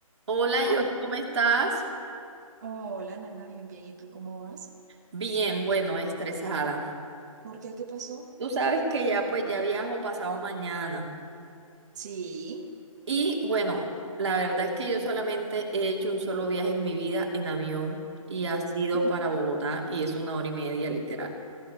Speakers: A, on the right; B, on the right.
A: Hola, yo,
B: Algo.
A: ¿cómo estás?
B: Hola, Nana, bien, bien. ¿Y tú cómo vas?
A: Bien, bueno, estresada.
B: ¿Por qué? ¿Qué pasó?
A: Tú sabes que ya pues ya viajo pasado mañana.
B: Sí,
A: Y bueno, la verdad es que yo solamente he hecho un solo viaje en mi vida en avión y ha sido
B: <laughs>
A: para Bogotá y es una hora y media literal.